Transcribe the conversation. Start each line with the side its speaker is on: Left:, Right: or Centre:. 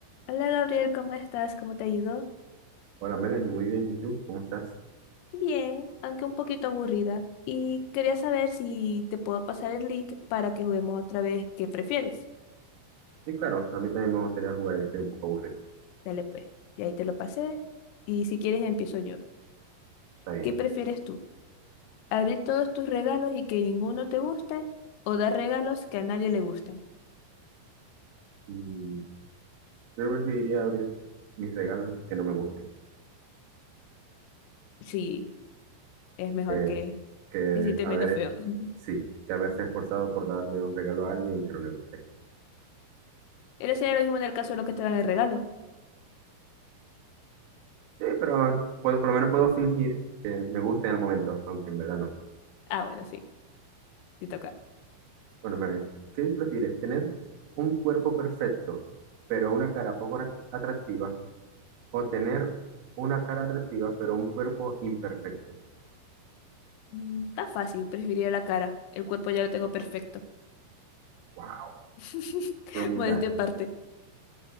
Left: Hola Gabriel, ¿cómo estás? ¿Cómo te ha ido?
Right: Hola Melanie, muy bien. ¿Y tú? ¿Cómo estás?
Left: Bien, aunque un poquito aburrida. Y quería saber si te puedo pasar el link para que juguemos otra vez. ¿Qué prefieres?
Right: Sí, claro, a mí también me gustaría jugar, que estoy un poco aburrido.
Left: Dale pues. Y ahí te lo pasé. Y si quieres empiezo yo.
Right: Está bien.
Left: ¿Qué prefieres tú? ¿Abrir todos tus regalos y que ninguno te guste? ¿O dar regalos que a nadie le gusten?
Right: Mm, creo que iría a abrir mis regalos que no me gusten.
Left: Sí, es mejor
Right: Que,
Left: que
Right: que
Left: hiciste
Right: haber,
Left: menos feo. <laughs>
Right: sí, que haberse esforzado por darle un regalo a alguien y que no le guste.
Left: Pero sería lo mismo en el caso de lo que te dan el regalo.
Right: Sí, pero puedo, por lo menos puedo fingir que me gusta en el momento, aunque en verdad no.
Left: Ah, bueno, sí, te toca.
Right: Bueno, Melanie, ¿qué prefieres? ¿Tener un cuerpo perfecto, pero una cara poco at- atractiva? ¿O tener una cara atractiva, pero un cuerpo imperfecto?
Left: Mm, Está fácil, preferiría la cara. El cuerpo ya lo tengo perfecto.
Right: ¡Wow!
Left: <laughs>
Right: Qué humildad.
Left: Modestia aparte.